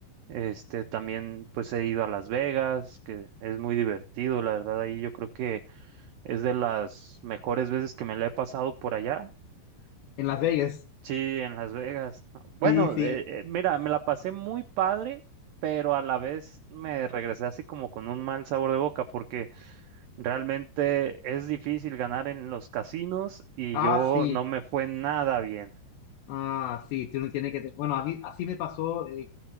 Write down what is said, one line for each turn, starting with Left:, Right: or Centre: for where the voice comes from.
Right: Este, también pues he ido a Las Vegas, que es muy divertido, la verdad, ahí yo creo que es de las mejores veces que me la he pasado por allá.
Left: En Las
Right: Eh,
Left: Vegas.
Right: Sí, en Las Vegas. Bueno,
Left: Sí, sí.
Right: eh, eh, mira, me la pasé muy padre, pero a la vez me regresé así como con un mal sabor de boca porque Realmente es difícil ganar en los casinos y
Left: Ah,
Right: yo
Left: sí.
Right: no me fue nada bien.
Left: Ah, sí. Tú no tienes que... Bueno, a mí, así me pasó eh,